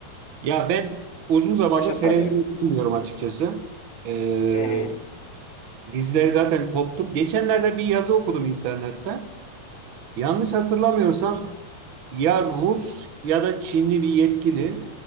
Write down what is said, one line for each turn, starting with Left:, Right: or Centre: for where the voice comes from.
Right: Ya ben uzun zamandır
Left: Başa sarıyor.
Right: televizyon izlemiyorum açıkçası. Ee,
Left: Hı hı.
Right: dizileri zaten koptum. Geçenlerde bir yazı okudum internette. Yanlış hatırlamıyorsam ya Rus ya da Çinli bir yetkili